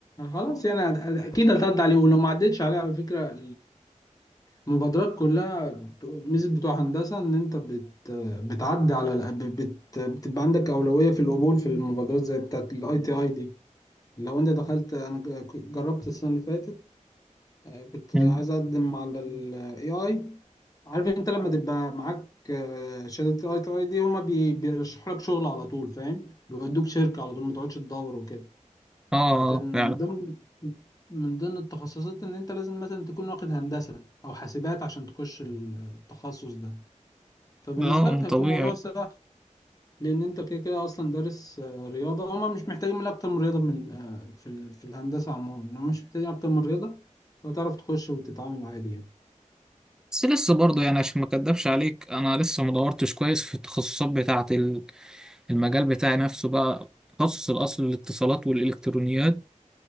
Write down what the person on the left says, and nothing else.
خلاص يعني أد- أد- اكيد هتعدي عليه ولو ما عدتش عليه على فكرة المبادرات كلها ب- ميزة بتوع هندسة إن أنت بت بتعدي على الأ- بت بتبقى عندك أولوية في القبول في المبادرات زي بتاعة الأي تي أي دي لو أنت دخلت أنا ج- جربت السنة اللي فاتت آه، كنت
عايز أقدم على ال AI عارف أنت لما تبقى معاك آه، شهادة ال ITI دي هما بي- بيرشحوا لك شغل على طول فاهم بيودوك شركة على طول ما تقعدش تدور وكده
فكان
من ضمن من ضمن التخصصات ان انت لازم مثلا تكون واخد هندسة او حاسبات عشان تخش التخصص ده فبالنسبة
لك
هيكون
موضوع سهل لان انت كده كده اصلا دارس آه، رياضة هما مش محتاجين من اكتر من رياضة من آه، في ال- في الهندسة عموما هما مش محتاجين اكتر من رياضة وتعرف تخش وتتعامل عادي يعني.